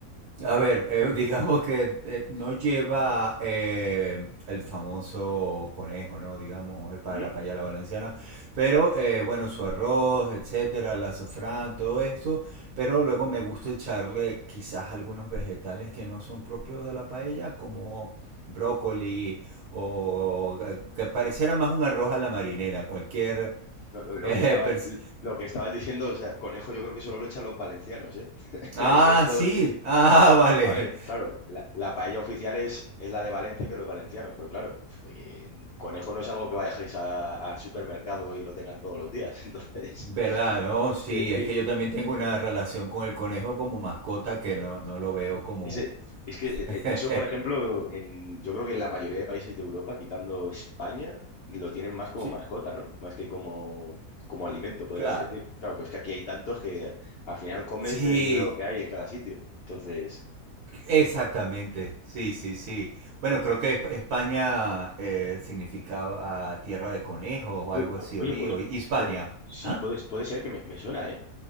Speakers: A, on the right; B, on the left.
A: a ver, eh, <laughs> digamos que eh, no lleva eh, el famoso conejo, ¿no? Digamos, el pa
B: ¿Mm?
A: la payala valenciana, pero eh, bueno, su arroz, etcétera, la azafrán, todo eso, pero luego me gusta echarle quizás algunos vegetales que no son propios de la paella, como brócoli o eh, que pareciera más un arroz a la marinera, cualquier...
B: Lo, lo- lo
A: eh,
B: que estaba,
A: <laughs> pers-
B: lo que estabas diciendo, o sea, conejo yo creo que solo lo echan los valencianos, ¿eh? <laughs>
A: ah,
B: El resto,
A: sí, ah, <laughs> vale.
B: A ver, claro, la, la paella oficial es, es la de Valencia y de los valencianos, pero claro, eh, conejo no es algo que vayáis a- al supermercado y lo tengan todos los días. <laughs> Entonces,
A: ¿Verdad? No, sí,
B: eh, sí,
A: es que yo también tengo una relación con el conejo como mascota que no, no lo veo como...
B: ese- es que
A: <laughs>
B: eh, eso, por ejemplo, en, yo creo que en la mayoría de países de Europa, quitando España, lo tienen más como
A: Sí,
B: mascota, ¿no? Más que como, como alimento, podríamos
A: claro.
B: decir. Claro, pues que aquí hay tantos que al final comes
A: Sí,
B: eh, lo que hay en cada sitio. Entonces,
A: exactamente. Sí, sí, sí. Bueno, creo que Esp- España eh, significaba tierra de conejos o
B: Oy-
A: algo así,
B: o- Oye,
A: oí,
B: pues,
A: o Hispania.
B: pu- sí,
A: ¿Ah?
B: puede, puede ser que me, me suena, ¿eh?